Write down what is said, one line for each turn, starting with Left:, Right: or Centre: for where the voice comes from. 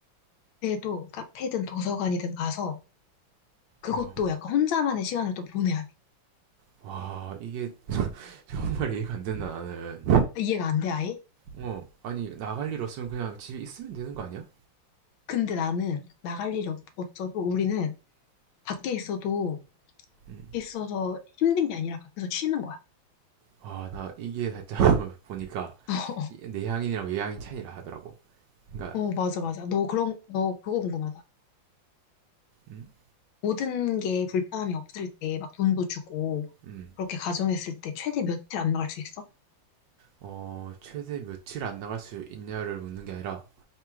Left: 그래도 카페든 도서관이든 가서, 그것도
Right: 어.
Left: 약간 혼자만의 시간을 또 보내야 돼.
Right: 와 이게 정말 이해가 안 된다 나는.
Left: 이해가 안 돼, 아예?
Right: 어 아니 나갈 일 없으면 그냥 집에 있으면 되는 거 아니야?
Left: 근데 나는 나갈 일이 없, 없어도 우리는 밖에 있어도
Right: 음.
Left: 있어서 힘든 게 아니라 밖에서 쉬는 거야.
Right: 아, 나 이게 살짝 <laughs> 보니까
Left: <laughs>
Right: 이- 내향인이랑 외향인 차이라 하더라고. 그러니까
Left: 어, 맞아, 맞아. 너 그런, 너 그거 궁금하다.
Right: 음,
Left: 모든 게 불편함이 없을 때 막 돈도 주고
Right: 음,
Left: 그렇게 가정했을 때 최대 며칠 안 나갈 수 있어?
Right: 어, 최대 며칠 안 나갈 수 있냐를 묻는 게 아니라